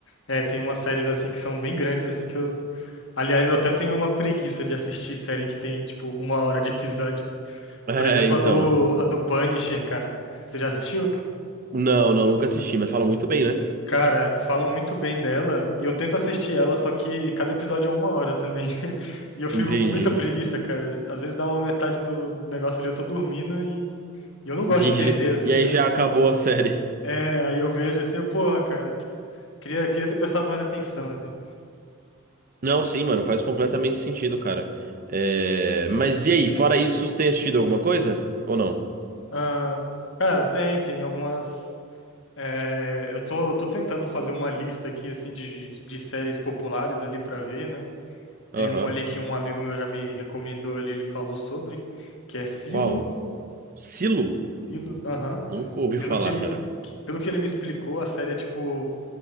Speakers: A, on the left; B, on the right.
A: É, tem umas séries assim que são bem grandes assim que eu. Aliás, eu até tenho uma preguiça de assistir série que tem tipo uma hora de episódio.
B: É,
A: Por exemplo,
B: então.
A: a do a do Punisher, cara. Você já assistiu?
B: Não, não, nunca assisti, mas fala muito bem, né?
A: Cara, falam muito bem dela e eu tento assistir ela, só que cada episódio é uma hora também. <laughs> E eu fico
B: Entendi.
A: com muita preguiça, cara. Às vezes dá uma metade do negócio ali, eu tô dormindo e, e
B: <laughs>
A: eu não gosto
B: De-
A: de perder, assim,
B: E aí
A: né?
B: já acabou a série.
A: É, aí eu vejo assim, eu, porra, cara, queria, queria ter prestado mais atenção, assim.
B: Não, sim, mano, faz completamente sentido, cara. É, Mas e aí, fora isso, você tem assistido alguma coisa? Ou não?
A: Ah, cara, tem, tem algumas. é, eu tô, tô tentando fazer uma lista aqui, assim, de, de séries populares ali pra ver, né? Tem
B: Aham.
A: uma ali que um amigo meu já me recomendou ali, ele falou sobre, que é Silo.
B: Qual? Silo?
A: pelo
B: Nun-
A: aham.
B: Nunca ouvi
A: Pelo
B: falar,
A: que ele,
B: cara.
A: pelo que ele me explicou, a série é tipo,